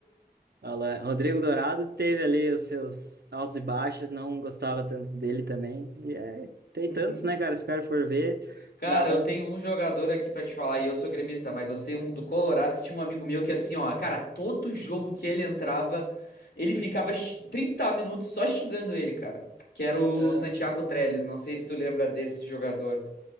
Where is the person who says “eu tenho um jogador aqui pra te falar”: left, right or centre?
Left